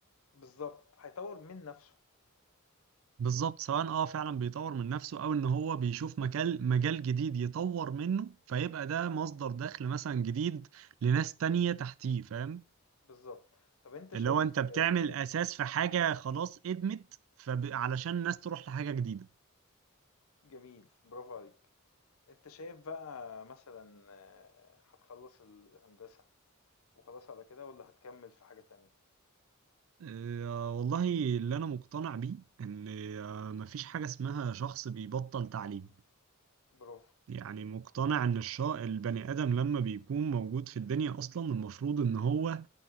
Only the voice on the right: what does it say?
بالظبط سواء اه فعلا بيطور من نفسه او ان هو بيشوف مجال مجال جديد يطور منه فيبقى ده مصدر دخل مثلا جديد لناس تانية تحتيه فاهم
اللي
هو انت بتعمل
اساس في حاجة
خلاص ادمت فعلشان الناس تروح لحاجة جديدة
آه والله اللي انا مقتنع بيه ان آه مفيش حاجة اسمها شخص بيبطل تعليم
يعني مقتنع ان الشا البني ادم لما بيكون موجود في الدنيا اصلا المفروض ان هو